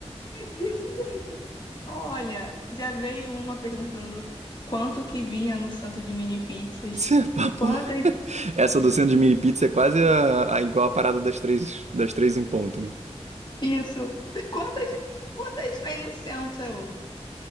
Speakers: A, on the left; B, on the right.
A: é desse jeito. Olha, já veio uma perguntando quanto que vinha no centro de mini pizzas.
B: Isso é papo.
A: Quantas,
B: <laughs> Essa do centro de mini pizza é quase a, a- igual a parada das três, das três em ponto, né?
A: isso, <laughs> quantas, quantas vem no centro? Eu,